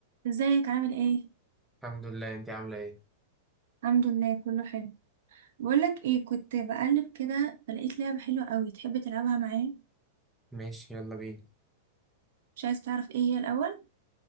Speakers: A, on the right (about 60°); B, in the centre.
A: ازيك عامل ايه
B: الحمد لله انت عاملة ايه
A: الحمد لله كله حلو بقولك ايه كنت بقلب كده فلقيت لعبة حلوة قوي تحب تلعبها معايا
B: ماشي يلا بينا
A: مش عايز تعرف ايه هي الاول